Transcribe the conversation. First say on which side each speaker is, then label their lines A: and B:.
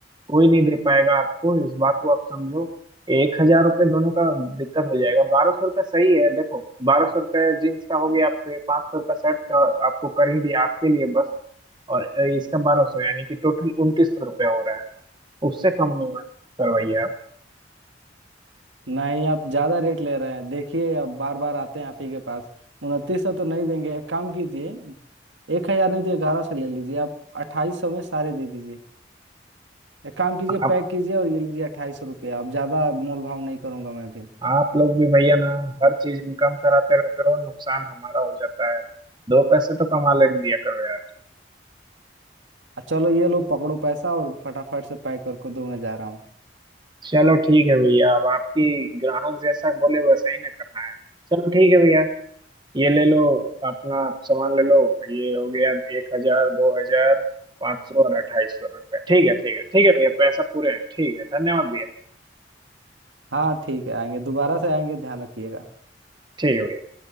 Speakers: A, on the right (about 25°); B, on the right (about 85°).
A: कोई नहीं दे पाएगा आपको इस बात को आप समझो एक हजार रुपये दोनों का दिक्कत हो जाएगा बारह सौ रुपये सही है देखो बारह सौ रुपये जीन्स का हो गया आपके पाँच सौ रुपये शर्ट का आपको कर ही दिया आपके लिए बस और अ, इसका बारह सौ यानी कि टोटल उनतीस सौ रुपये हो रहा है उससे कम में मत करवाइए
B: नहीं आप ज्यादा रेट ले रहे हैं देखिए अब बार बार आते हैं आप ही के पास उनतीस सौ तो नहीं देंगे एक काम कीजिए एक हजार नहीं तो ग्यारह सौ ले लीजिए आप अट्ठाईस सौ में सारे दे दीजिए एक काम कीजिए
A: आप
B: पैक कीजिए और ये लीजिए अट्ठाईस सौ रुपया अब ज्यादा मोल भाव नहीं करूंगा मैं भी
A: आप लोग भी भैया ना हर चीज इनकम कराते रहते हो नुकसान हमारा हो जाता है दो पैसे तो कमा लेने दिया करो यार
B: आ, चलो ये लो पकड़ो पैसा और फटाफट से पैक करके दो मैं जा रहा हूँ
A: चलो ठीक है भैया अब आपकी ग्राहक जैसा बोले वैसा ही ना करना है चलो ठीक है भैया ये ले लो अपना सामान ले लो ये हो गया एक हजार दो हजार पाँच सौ और अट्ठाईस सौ रुपये ठीक है ठीक है ठीक है भैया पैसा पूरे हैं ठीक है धन्यवाद भैया
B: हाँ ठीक है आएंगे दोबारा से आएंगे ध्यान रखिएगा
A: ठीक है भैया